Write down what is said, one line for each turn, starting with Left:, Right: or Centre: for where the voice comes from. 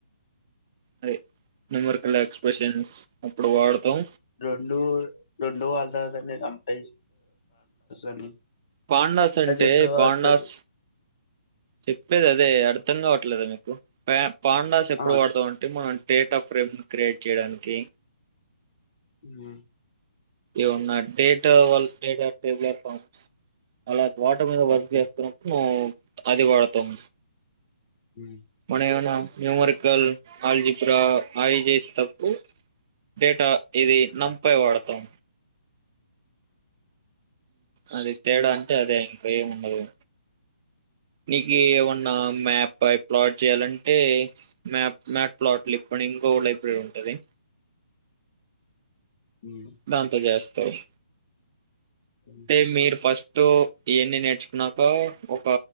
Right: అది నిమర్ కళ ఎక్స్ప్రెషన్స్ అప్పుడు వాడతాం
Left: రెండు రెండు వాళ్ళతన్ని రంప అని <inaudible>
Right: పాండాస్ అంటే
Left: ఎందుకు వాడతారు?
Right: పాండాస్ చెప్పలేదు అదే అర్ధం కావట్లేదా మీకు పాండాస్ ఎప్పుడు
Left: ఆ!
Right: వాడుతాం అంటే మనం రడేట్ ఆఫ్ రెమన్ క్రియేట్ చేయడానికి
Left: హ
Right: ఏన్నా డేట్ వాళ్ళ డేటే ఫామ్ అలా వాటర్ మీద వర్క్
Left: ఓకే.
Right: చేస్తున్నాప్పు మనం అది వాడతోాం
Left: హ
Right: మన ఏమైనా న్యూమరికల్ ఆల్జీ ఆయి చేసేటప్పుడు డేటా ఇది
Left: హ్మ్.
Right: నంపైయ వాడతాం అది తేడా అంటే అదే ఇంకా ఏముండదు నీకు ఏమన్నా మ్యాప్ ప్లాట్ చేయాలంటే మ్యాప్ మ్యాప్ ప్లాట్లు ఇప్పుడు ఇంకో లైబ్రరీ ఉంటది
Left: హ్మ్.
Right: దంతో చేస్త సయి
Left: హ్మ్.
Right: మ మీరు ఫస్ట్ ో ఇవన్నీ నేర్చుకున్నాక ఒక